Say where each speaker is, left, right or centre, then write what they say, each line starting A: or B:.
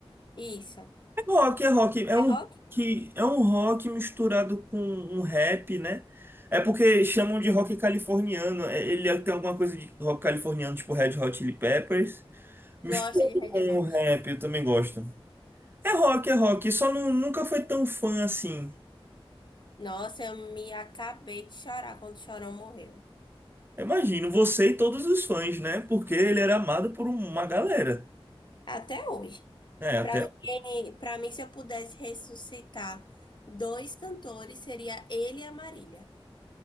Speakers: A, on the left; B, on the right.
A: Isso.
B: Rock é rock, é
A: É
B: um
A: rock?
B: rock, é um rock misturado com um rap, né? É porque chamam de rock californiano. é- Ele é, tem alguma coisa de rock californiano, tipo Red Hot Chili Peppers, misturado
A: Gosto de Red
B: com
A: Hot.
B: o rap, eu também gosto. É rock, é rock, só não- nunca foi tão fã assim.
A: Nossa, eu me acabei de chorar quando o Chorão morreu.
B: Eu Imagino, você e todos os fãs, né? Porque ele era amado por um, uma galera,
A: Até hoje.
B: né? Até
A: Pra mim, para mim, se eu pudesse ressuscitar dois cantores, seria ele e a Marília.